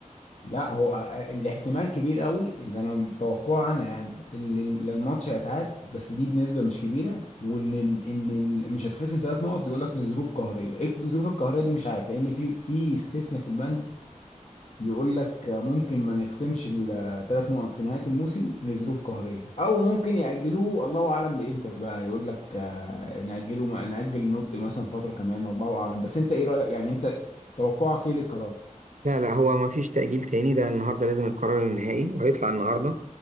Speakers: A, on the left; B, on the right.
A: لا هو الاحتمال كبير قوي ان انا متوقعه انا يعني اللي اللي الماتش هيتعاد بس دي بنسبه مش كبيره وان ان ال- مش هتخصم ثلاث نقط يقول لك لظروف قهريه ايه الظروف القهريه دي مش عارف لان في في استثناء في البند بيقول لك ممكن ما نخصمش الثلاث نقط في نهايه الموسم لظروف قهريه او ممكن ياجلوه الله اعلم لامتى بقى يقول لك آه، ناجله ما- ناجل النطق مثلا فتره كمان الله اعلم بس انت ايه رايك يعني انت توقعك ايه للقرار
B: لا لا هو ما فيش تأجيل تاني ده النهارده لازم القرار النهائي وهيطلع النهارده